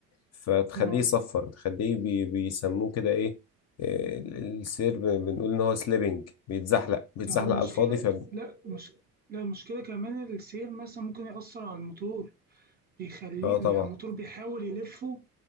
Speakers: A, on the left (about 35°); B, on the right (about 20°).
A: فتخليه
B: اه
A: يصفر تخليه بي بيسموه كده ايه آه، السير ب- بنقول ان هو سليبنج بيتزحلق بيتزحلق
B: آه، المشكله
A: على الفاضي ف
B: لا مش لا المشكله كمان السير مثلا ممكن ياثر على الموتور بيخليه
A: اه طبعا
B: يعني الموتور بيحاول يلفه